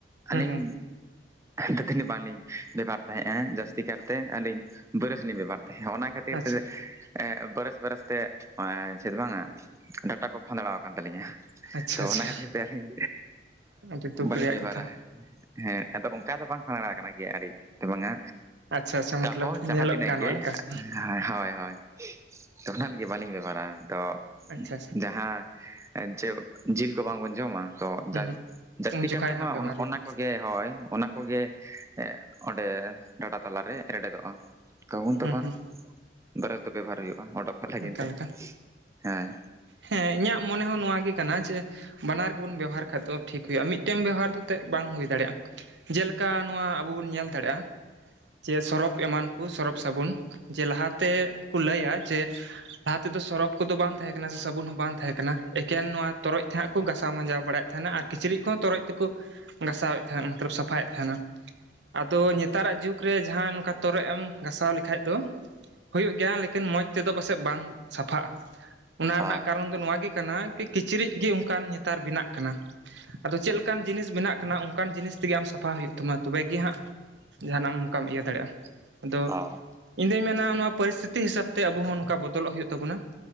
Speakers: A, on the right; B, on the right.
A: ᱦᱩᱸ
B: ᱟᱹᱞᱤᱧ
A: ᱦᱩᱸ
B: ᱫᱟᱹᱛᱟᱹᱱᱤ ᱵᱟᱝᱞᱤᱧ ᱵᱮᱵᱷᱟᱨᱼᱼ ᱛᱟᱦᱮᱸᱜ-ᱟ ᱡᱟᱹᱥᱛᱤ ᱠᱟᱨ ᱛᱮ ᱟᱹᱞᱤᱧ ᱵᱨᱟᱹᱥ ᱞᱤᱧ ᱵᱮᱵᱷᱟᱨ ᱛᱟᱦᱮᱸᱜ-ᱟ ᱚᱱᱟ ᱠᱷᱟᱹᱛᱤᱨ
A: ᱟᱪᱪᱷᱟ
B: ᱛᱮᱼᱼ ᱵᱨᱟᱹᱥ ᱵᱨᱟᱹᱥ ᱛᱮ <unintelligible> ᱵᱟᱝᱟ ᱰᱟᱴᱟ ᱠᱚ ᱯᱷᱟᱸᱫᱲᱟᱣ ᱠᱟᱱ ᱛᱟᱹᱞᱤᱧᱟ᱾
A: ᱟᱪᱪᱷᱟ
B: ᱛᱚ
A: ᱟᱪᱪᱷᱟ
B: ᱚᱱᱟ ᱠᱷᱟᱹᱛᱤᱨ ᱛᱮ ᱟᱹᱞᱤᱧ
A: ᱟᱹᱰᱤ ᱫᱩᱠ
B: ᱵᱟᱹᱞᱤᱧ
A: ᱨᱮᱭᱟᱜ
B: ᱵᱮᱵᱚᱦᱟᱨᱟ
A: ᱠᱟᱛᱷᱟ
B: ᱦᱮᱸ᱾ ᱟᱫᱚ ᱚᱱᱠᱟ ᱫᱚ ᱵᱟᱝ ᱯᱷᱟᱸᱫᱽᱲᱟ ᱠᱟᱱᱟ ᱜᱮᱭᱟ ᱟᱹᱰᱤᱼᱼ ᱛᱮ ᱵᱟᱝᱟ
A: ᱟᱪᱪᱷᱟ ᱟᱪᱪᱷᱟ ᱢᱚᱛᱞᱚᱵ
B: ᱛᱟᱦᱚ ᱡᱟᱦᱟᱸ
A: ᱧᱮᱞᱚᱜ
B: ᱛᱤᱱᱟᱹᱜ
A: ᱜᱟᱱᱚᱜ
B: ᱜᱮᱼᱼ
A: ᱞᱮᱠᱟ ᱟᱪᱪᱷᱟ
B: ᱦᱳᱭ ᱼ ᱦᱳᱭ ᱛᱚ ᱚᱱᱟ ᱞᱟᱹᱜᱤᱫ ᱵᱟᱹᱞᱤᱧ ᱵᱮᱵᱚᱦᱟᱨᱟ ᱛᱚ
A: ᱟᱪᱪᱷᱟ
B: ᱡᱟᱦᱟᱸ ᱮᱸ ᱡᱮ ᱡᱤᱞ ᱠᱚ ᱵᱟᱝᱵᱚᱱ ᱡᱚᱢᱟ ᱛᱚ
A: ᱦᱩᱸ
B: ᱡᱟ
A: ᱦᱩᱸ
B: ᱡᱟᱹᱥᱛᱤ
A: ᱩᱱ ᱡᱚᱠᱷᱟᱡ
B: ᱠᱟᱨ ᱛᱮᱢᱟ
A: ᱦᱟᱸᱜ ᱵᱮᱵᱚᱦᱟᱨ ᱦᱩᱭᱩᱜᱼᱟ
B: ᱚᱱᱟ ᱠᱚᱜᱮ ᱦᱳᱭ ᱚᱱᱟ ᱠᱚᱜᱮ ᱮᱸᱜ ᱚᱸᱰᱮ ᱰᱟᱴᱟ ᱛᱟᱞᱟᱨᱮ ᱮᱸᱰᱮᱫᱚᱜᱼᱟ ᱛᱚ ᱩᱱ ᱛᱚᱠᱷᱚᱱ
A: ᱦᱩᱸ ᱦᱩᱸ
B: ᱵᱨᱟᱥ ᱫᱚ ᱵᱮᱵᱷᱟᱨ ᱦᱩᱭᱩᱜᱼᱟ ᱚᱸᱰᱚᱠ ᱠᱚ ᱞᱟᱹᱜᱤᱫ
A: ᱚᱱᱠᱟ
B: ᱛᱮ
A: ᱞᱮᱠᱟ
B: ᱦᱮᱸ
A: ᱦᱮᱸ ᱤᱧᱟᱹᱜ ᱢᱚᱱᱮ ᱦᱚᱸ ᱱᱚᱣᱟ ᱜᱮ ᱠᱟᱱᱟ ᱡᱮ ᱵᱟᱱᱟᱨ ᱜᱮᱵᱚᱱ ᱵᱮᱵᱚᱦᱟᱨ ᱠᱷᱟᱡ ᱫᱚ ᱴᱷᱤᱠ ᱦᱩᱭᱩᱜᱼᱟ ᱢᱤᱫᱴᱮᱱ ᱵᱮᱣᱦᱟᱨ ᱫᱚ ᱮᱱᱛᱮᱫ ᱵᱟᱝ ᱦᱩᱭ ᱫᱟᱲᱮᱭᱟᱜᱼᱟ ᱡᱮᱞᱮᱠᱟ ᱱᱚᱣᱟ ᱟᱵᱚ ᱵᱚᱱ ᱧᱮᱞ ᱫᱟᱲᱮᱭᱟᱜᱼᱟ ᱡᱮ ᱥᱚᱨᱚᱯ ᱮᱢᱟᱱ ᱠᱚ ᱥᱚᱨᱚᱯ ᱥᱟᱵᱩᱱ ᱡᱮ ᱞᱟᱦᱟᱛᱮ ᱛᱮ ᱠᱚ ᱞᱟᱹᱭᱟ ᱡᱮ ᱞᱟᱦᱟ ᱛᱮᱫᱚ ᱥᱚᱨᱚᱯᱷ ᱠᱚᱫᱚ ᱵᱟᱝ ᱛᱟᱦᱮᱸ ᱠᱟᱱᱟ ᱠᱟᱱᱟ ᱥᱮ ᱥᱟᱵᱚᱱ ᱦᱚᱸ ᱵᱟᱝ ᱛᱟᱦᱮᱸ ᱠᱟᱱᱟ ᱮᱠᱮᱱ ᱱᱚᱣᱟ ᱛᱚᱨᱚᱡ ᱛᱮ ᱦᱟᱸᱜ ᱠᱚ ᱜᱟᱥᱟᱣ ᱢᱟᱡᱟᱣ ᱵᱟᱲᱟᱭᱮᱫ ᱛᱟᱦᱮᱱᱟ ᱟᱨ ᱠᱤᱪᱨᱤᱡ ᱠᱚᱦᱚᱸ ᱛᱚᱨᱚᱡ ᱛᱮᱠᱚ ᱜᱟᱥᱟᱣᱮᱫ ᱛᱟᱦᱮᱱᱟ ᱢᱚᱛᱞᱚᱵ ᱥᱟᱯᱷᱟᱭᱮᱫ ᱛᱟᱦᱮᱱᱟ ᱟᱫᱚ ᱱᱮᱛᱟᱨᱟᱜ ᱡᱩᱜᱽ ᱨᱮ ᱡᱟᱦᱟᱸ ᱱᱚᱝᱠᱟ ᱛᱚᱨᱚᱡ ᱮᱢ ᱜᱷᱟᱥᱟᱣ ᱞᱮᱠᱷᱟᱡ ᱫᱚ ᱦᱩᱭᱩᱜ ᱜᱮᱭᱟ ᱞᱮᱠᱤᱱ ᱢᱚᱡᱽ ᱛᱮᱫᱚ ᱯᱟᱥᱮᱡ ᱵᱟᱝ ᱥᱟᱯᱷᱟᱜᱼᱟ ᱚᱱᱟ
B: ᱦᱳᱭ
A: ᱨᱮᱱᱟᱜ ᱠᱟᱨᱚᱱ ᱫᱚ ᱱᱚᱣᱟ ᱜᱮ ᱠᱟᱱᱟ ᱠᱤ ᱠᱤᱪᱨᱤᱡ ᱜᱮ ᱚᱱᱠᱟᱱ ᱱᱮᱛᱟᱨ ᱵᱮᱱᱟᱜ ᱠᱟᱱᱟ ᱟᱫᱚ ᱪᱮᱫ ᱞᱮᱠᱟᱱ ᱡᱤᱱᱤᱥ ᱵᱮᱱᱟᱜ ᱠᱟᱱᱟ ᱚᱱᱠᱟᱱ ᱡᱤᱱᱤᱥ ᱛᱮᱜᱮ ᱟᱢ ᱥᱟᱯᱷᱟ ᱦᱩᱭᱩᱜ ᱛᱟᱢᱟ ᱛᱚᱵᱮ ᱜᱮ ᱦᱟᱸᱜ ᱡᱟᱦᱟᱱᱟᱜ ᱚᱱᱠᱟᱢ ᱤᱭᱟᱹ ᱫᱟᱲᱮᱭᱟᱜᱼᱟ ᱟᱫᱚ
B: ᱦᱳᱭ
A: ᱤᱧ ᱫᱩᱧ ᱢᱮᱱᱟ ᱱᱚᱣᱟ ᱯᱟᱹᱨᱤᱥᱛᱷᱤᱛᱤ ᱦᱤᱥᱟᱹᱵ ᱛᱮ ᱟᱵᱚ ᱦᱚᱸ ᱱᱚᱝᱠᱟ ᱵᱚᱫᱚᱞᱚᱜ ᱦᱩᱭᱩᱜ ᱛᱟᱵᱚᱱᱟ